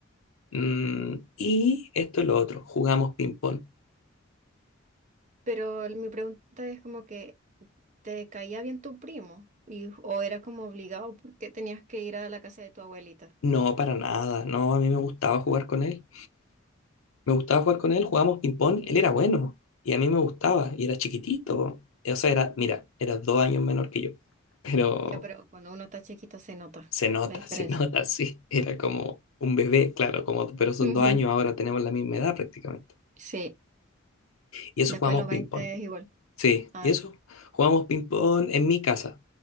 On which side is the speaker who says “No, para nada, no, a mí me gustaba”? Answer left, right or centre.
Left